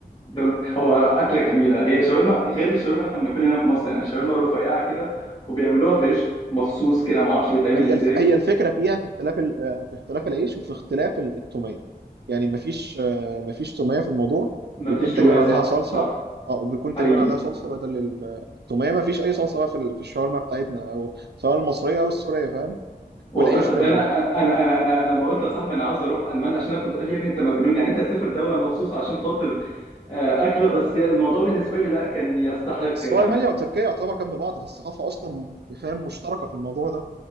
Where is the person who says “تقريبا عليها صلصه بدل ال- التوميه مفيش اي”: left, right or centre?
Right